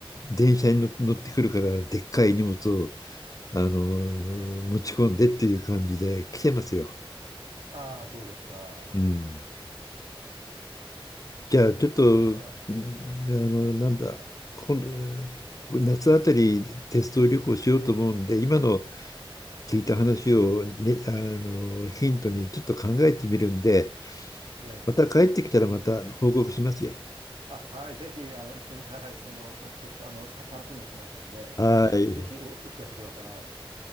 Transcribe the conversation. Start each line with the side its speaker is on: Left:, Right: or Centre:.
Left: 電車に乗乗ってくるから、でっかい荷物を、あの、持ち込んでっていう感じで来てますよ。
Right: ああ、そうですか。
Left: うん。じゃあ、ちょっと、
Right: だか
Left: うんあの、なんだ、今度、えー夏あたりテスト旅行しようと思うんで、今の聞いた話を、ね、あの、ヒントにちょっと考えてみるんで、
Right: ら、ええ。
Left: また帰ってきたらまた報告しますよ。
Right: あ、はい、ぜひ、あの、行ってみたい。はい、その、また結果、あの、た、楽しみにしてますんで、おぜひお、
Left: はい。
Right: お聞かせください。